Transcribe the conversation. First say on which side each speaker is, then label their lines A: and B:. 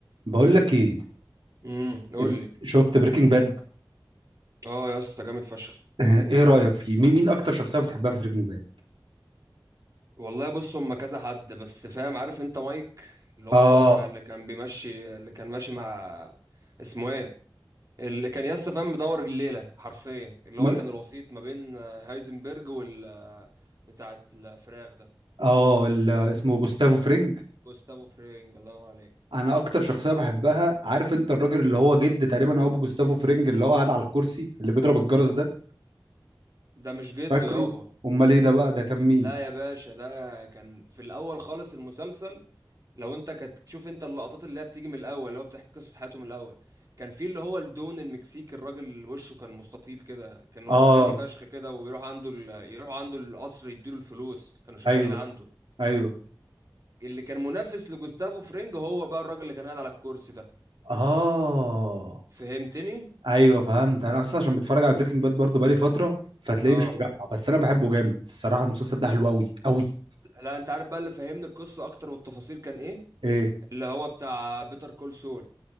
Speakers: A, on the right; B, on the right.
A: بقول لك ايه
B: امم قول
A: انت
B: لي
A: شفت بريكنج باد
B: اه يا اسطى جامد فشخ
A: <laughs> ايه رأيك فيه مين مين اكتر شخصية بتحبها في بريكنج باد
B: والله بص هم كذا حد بس فاهم عارف انت مايك اللي هو
A: اه
B: الاقرع اللي كان بيمشي اللي كان ماشي مع اسمه ايه اللي كان يا اسطى فاهم مدور الليله حرفيا اللي
A: ما...
B: هو كان الوسيط ما بين آه، هايزنبرج وال آه، بتاعه الفراخ ده
A: اه ال- اسمه جوستافو فرينج
B: جوستافو فرينج الله ينور عليك
A: انا اكتر شخصية بحبها عارف انت الراجل اللي هو جد تقريبا او ابو جوستافو فرينج اللي هو قاعد على الكرسي اللي بيضرب الجرس ده
B: ده مش جده
A: فاكره
B: يابا
A: امال ايه ده بقى ده كان مين
B: لا يا باشا ده كان في الاول خالص المسلسل لو انت كنت تشوف انت اللقطات اللي هي بتيجي من الاول اللي هو بتحكي قصه حياته من الاول كان في اللي هو الدون المكسيكي الراجل وشه كان مستطيل كده كان هو
A: اه
B: غني فشخ كده ويروح عنده ال... يروح عنده القصر يديله الفلوس كانوا شغالين
A: ايوه
B: عنده
A: ايوه
B: اللي كان منافس لجوستافو فرينج هو بقى الراجل اللي كان قاعد على الكرسي ده
A: اه
B: فهمتني
A: ايوه فهمت انا اصلا عشان بتفرج على بريكنج باد برضه بقالي فترة فتلاقيه
B: اه
A: مش مجمع بس انا بحبه جامد الصراحة المسلسل ده حلو قوي قوي
B: لا انت عارف بقى اللي فهمني القصه اكتر والتفاصيل كان ايه
A: ايه
B: اللي هو بتاع بيتر كول سول